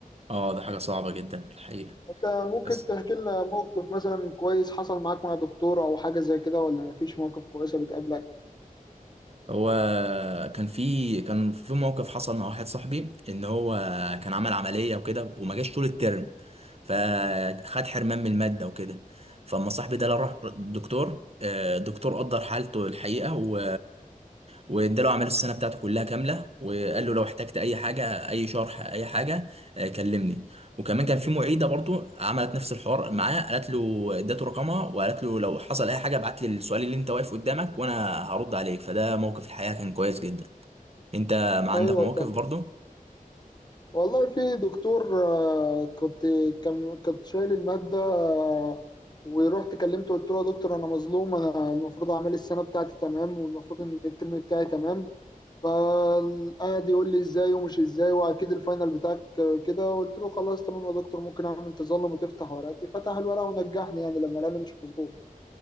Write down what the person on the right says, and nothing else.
اه ده حاجة صعبة جدا الحقيقة
بس
هو كان في كان في موقف حصل مع واحد صاحبي ان هو كان عمل عمليه وكده وما جاش طول الترم فخد حرمان من الماده وكده فاما صاحبي ده راح الدكتور آه، الدكتور قدر حالته الحقيقه و واداله اعمال السنه بتاعته كلها كامله وقال له لو احتجت اي حاجه اي شرح اي حاجه آه، كلمني وكمان كان في معيده برضو عملت نفس الحوار معاه قالت له ادته رقمها وقالت له لو حصل اي حاجه ابعت لي السؤال اللي انت واقف قدامك وانا هرد عليك فده موقف الحقيقه كان كويس جدا انت ما عندك
مواقف
برضو